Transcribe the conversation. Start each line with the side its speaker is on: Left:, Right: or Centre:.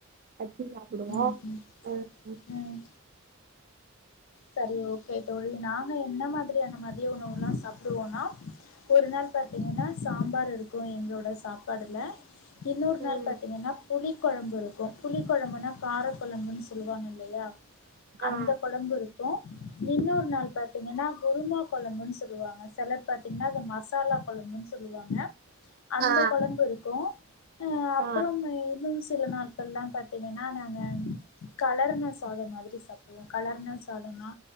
Right: அப்புடி சாப்புடுறியா
Left: ம் ம்
Right: ஓகே
Left: ம் செரி ஓகே தோழி நாங்க என்ன மாரியான மதிய உணவுல்லா சாப்பிடுவோனா ஒரு நாள் பாத்தீங்கன்னா சாம்பார் இருக்கு எங்களோட சாப்பாடுல இன்னொரு நாள்
Right: ம்
Left: பாத்தீங்கன்னா புளி கொழம்பு இருக்கு புளி கொழம்புனா கார கொழம்புனு சொல்லுவாங்க இல்லையா அந்த
Right: ஆ
Left: கொழம்பு இருக் ஹலோ இன்னொரு நாள் பாத்தீங்கன்னா குருமா கொழம்புனு சொல்லுவாங்க சிலர் பாத்தீங்கன்னா அது மசாலா கொழம்புனு சொல்லுவாங்க அந்த
Right: ஆ
Left: கொழம்பு இருக்கு அப்றோ
Right: ஆ
Left: இன்னு சில நாள் சொல்லாம் பாத்தீங்கன்னா நாங்க கலருன சாதம் மாதிரி சாப்பிடுவோ கலருன சாதம்னா